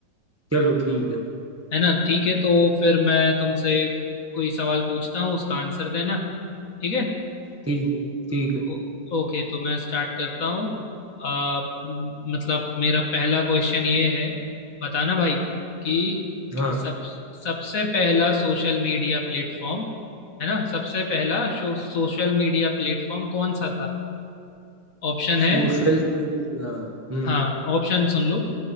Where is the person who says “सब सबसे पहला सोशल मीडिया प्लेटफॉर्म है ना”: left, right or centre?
Left